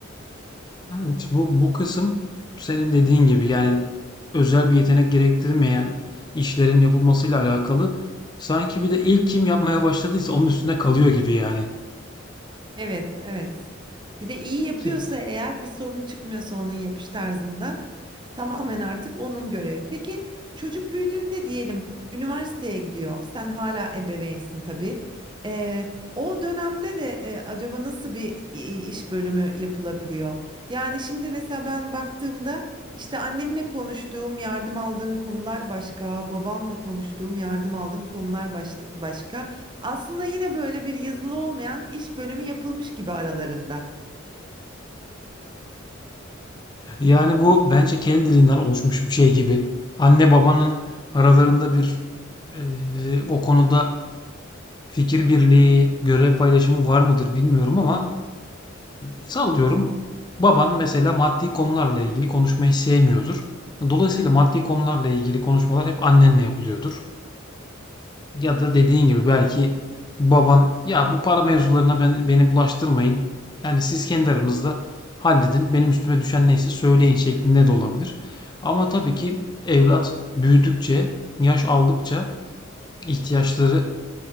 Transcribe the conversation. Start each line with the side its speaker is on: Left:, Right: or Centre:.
Left: Evet, bu, bu kısım senin dediğin gibi yani özel bir yetenek gerektirmeyen işlerin yapılmasıyla alakalı. Sanki bir de ilk kim yapmaya başladıysa onun üstüne kalıyor gibi yani.
Right: Evet, evet. Bir de iyi yapıyorsa
Left: <laughs>
Right: eğer bir sorun çıkmıyorsa onun yapış tarzında tamamen artık onun görevi. Peki çocuk büyüdüğünde diyelim üniversiteye gidiyor. Sen hala ebeveynsin tabii. Ee, o dönemde de e, acaba nasıl bir i- iş bölümü yapılabiliyor? Yani şimdi mesela ben baktığımda işte annemle konuştuğum, yardım aldığım konular başka, babamla konuştuğum, yardım aldığım konular baş- başka. Aslında yine böyle bir yazılı olmayan iş bölümü yapılmış gibi aralarında.
Left: Yani bu bence kendiliğinden oluşmuş bir şey gibi. Anne babanın aralarında bir eee, o konuda fikir birliği, görev paylaşımı var mıdır bilmiyorum ama Sallıyorum. Baban mesela maddi konularla ilgili konuşmayı sevmiyordur. Dolayısıyla maddi konularla ilgili konuşmalar hep annenle yapılıyordur. Ya da dediğin gibi belki baban ya bu para mevzularına ben, beni bulaştırmayın. Yani siz kendi aranızda halledin. Benim üstüme düşen neyse söyleyin şeklinde de olabilir. Ama tabii ki evlat büyüdükçe, yaş aldıkça ihtiyaçları